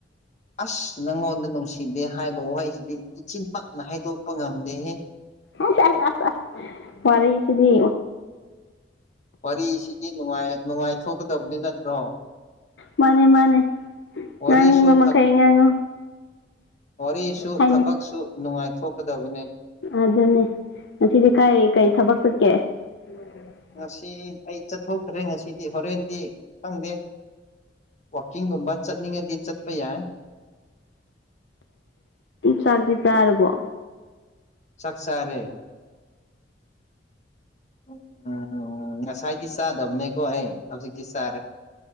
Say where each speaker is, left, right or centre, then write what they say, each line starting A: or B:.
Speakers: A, on the left; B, on the left.
A: ꯑꯁ ꯅꯪꯉꯣꯟꯗ ꯅꯨꯡꯁꯤꯗꯦ ꯍꯥꯏꯕ ꯋꯥꯍꯩꯁꯤꯗꯤ ꯏꯆꯤꯟꯃꯛꯅ ꯍꯥꯏꯗꯣꯛꯄ ꯉꯝꯗꯦꯍꯦ
B: ꯑꯁ ꯑꯁ ꯑꯁ ꯑꯁ ꯋꯥꯔꯤꯁꯤꯗꯤ
A: ꯋꯥꯔꯤꯁꯤꯗꯤ ꯅꯨꯡꯉꯥꯏ ꯅꯨꯡꯉꯥꯏꯊꯣꯛꯀꯗꯕꯅꯤ ꯅꯠꯇ꯭ꯔꯣ
B: ꯃꯥꯅꯦ ꯃꯥꯅꯦ
A: ꯋꯥꯔꯤꯁꯨ
B: ꯉꯥꯡꯅꯤꯡꯕ ꯃꯈꯩ
A: ꯊꯛ
B: ꯉꯥꯡꯉꯣ
A: ꯋꯥꯔꯤꯁꯨ
B: ꯍꯥꯏꯅꯤ
A: ꯊꯕꯛꯁꯨ ꯅꯨꯡꯉꯥꯏꯊꯣꯛꯀꯗꯕꯅꯦ
B: ꯑꯗꯨꯅꯦ ꯉꯁꯤꯗꯤ ꯀꯩ ꯀꯩ ꯊꯕꯛ ꯆꯠꯀꯦ <inaudible>
A: ꯉꯁꯤ ꯑꯩ ꯆꯠꯊꯣꯛꯇꯔꯦ ꯉꯁꯤꯗꯤ ꯍꯣꯔꯦꯟꯗꯤ ꯈꯪꯗꯦ ꯋꯥꯛꯀꯤꯡꯒꯨꯝꯕ ꯆꯠꯅꯤꯡꯉꯗꯤ ꯆꯠꯄ ꯌꯥꯏ
B: ꯆꯥꯛꯇꯤ ꯆꯥꯔꯕꯣ
A: ꯆꯥꯛ ꯆꯔꯦ ꯎꯝ ꯉꯁꯥꯏꯗꯤ ꯆꯥꯗꯕꯅꯦꯀꯣ ꯑꯩ ꯍꯧꯖꯤꯛꯇꯤ ꯆꯥꯔꯦ